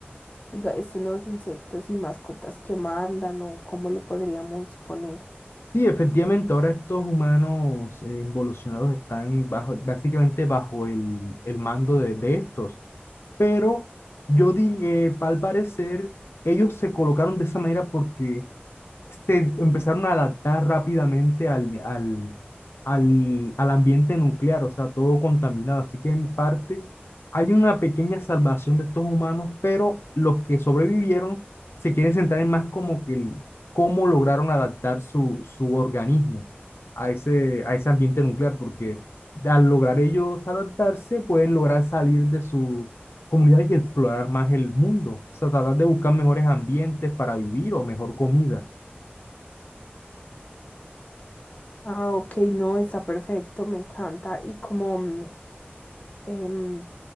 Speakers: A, on the left (about 35°); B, on the left (about 75°).
A: Diga, estos nuevos insectos y mascotas que mandan o cómo lo podríamos poner.
B: Sí, efectivamente, ahora estos humanos eh, involucionados están bajo, básicamente bajo el, el mando de, de estos. pero yo diría, al parecer, ellos se colocaron de esa manera porque se empezaron a adaptar rápidamente al, al, al, al ambiente nuclear, o sea, todo contaminado. Así que en parte hay una pequeña salvación de estos humanos, pero los que sobrevivieron se quieren centrar en más como que el- cómo lograron adaptar su, su organismo a ese, a ese ambiente nuclear, porque al lograr ellos adaptarse, pueden lograr salir de sus comunidades y explorar más el mundo, o sea, tratar de buscar mejores ambientes para vivir o mejor comida.
A: Ah, ok, no, está perfecto, me encanta. Y como mm, em,